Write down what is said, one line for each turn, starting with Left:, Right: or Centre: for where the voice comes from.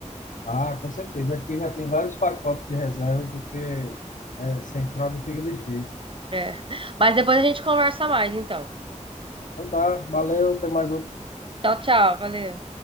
Left: Ah, com certeza. Aqui já tem vários pacotes de reserva, porque é, sem fralda fica difícil.
Right: É. Mas depois a gente conversa mais, então.
Left: Então tá, valeu, até mais outro.
Right: Tchau, tchau, valeu.